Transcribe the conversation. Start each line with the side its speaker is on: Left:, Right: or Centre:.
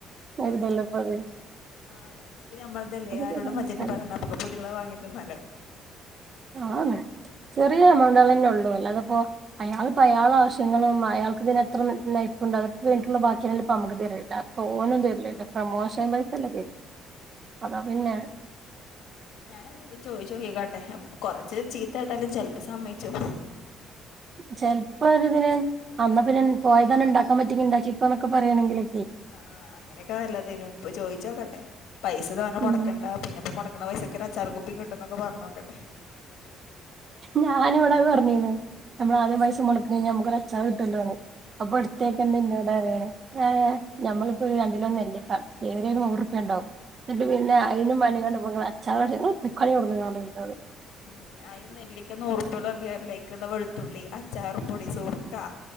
Right: അര് തല്ലപ്പത്
Left: ആഹ് ഞമ്മക്ക് നമ്മൾതല്ലേ ആരോടും
Right: തരാൻ
Left: വജ്നെ
Right: മുട്ടായി
Left: പറയണ്ട നമ്മുക്ക് പൂതിള്ളത് വാങ്ങി തിന്നാലോ
Right: ആന്ന് ചെറിയ എമൗണ്ടാളെന്നെ ഒള്ളൂ അല്ലാതപ്പോ അയാള് പ്പ അയാളെ ആവശ്യങ്ങളും അയാൾക്ക് പിന്നെ എത്ര <unintelligible> പ്പ് ഉണ്ടാവും അതോക്കെ കഴിഞ്ഞിട്ടോള്ളു ബാക്കില്ലെ ഇപ്പ നമുക്ക് തെരോള്ളു തോനെന്നും തരില്ലല്ലോ പ്രൊമോഷൻ പൈസല്ലേ കി അതാ പിന്നെ
Left: ഞാന് എതായാലും ചോയ്ചോക്കിക്കോട്ടെ കൊറച്ച് ചീത്ത കേട്ടാലും ചെലപ്പം സമ്മയ്ച്ചും <inaudible>
Right: ചെലപ്പോ ഒരുരിതിന് അന്ന പിന്നെ പോയതന്നെ ഉണ്ടാക്കാൻ പറ്റിയെങ്കി ഉണ്ടാക്കിക്കെ പറയാണെങ്കില്
Left: ആആ അങ്ങനെയൊക്കാ നല്ലതെന്നു ഇപ്പൊ ചോദിച്ചോക്കട്ടെ പൈസ തോനെ
Right: ഉം
Left: മുടക്കണ്ട പിന്നെ ഇപ്പൊ മുട വെക്കാന പൈസൊക്കെ ഒരു അച്ചാർ കുപ്പി കിട്ടും എന്നൊക്കെ പറഞ്ഞോക്കട്ടെ
Right: ഞാനി ഇവിടെ പറഞ്ഞീന്ന് നമ്മള ആദ്യം പൈസ മൊടകീനിൻ നമ്മുക്ക്ഒരു അച്ചാർ കിട്ടല്ലോണ് അപ്പൊ ഇടുത്തേക്ക
Left: ആ
Right: ന്നെഇന്നോട് പറയേണ് ഏ നഞമ്മളിപ്പോഒരു രണ്ടിലോ നെല്ലിക്ക ഏറൽ ഒരു നൂറ്ുപ്പ്യ ഉണ്ടാവും എന്നിട്ട് പിന്നെ അയിനും മണ്ടി കണ്ട് അച്ചാർ വാങ്ങനിങ്ങൾ പോയ്ക്കണി ആവുട്ന്ന് പറിം ഇന്നോട്
Left: ഉം ആയി ഈ നെല്ലിക്ക നുറുപ്പള്ളൂ പറഞ്ഞിട്ട് കാര്യല്ല ഐക്കുള്ള വെളുത്തു ത്തുള്ളി അച്ചാറുംപൊടി സുർക്ക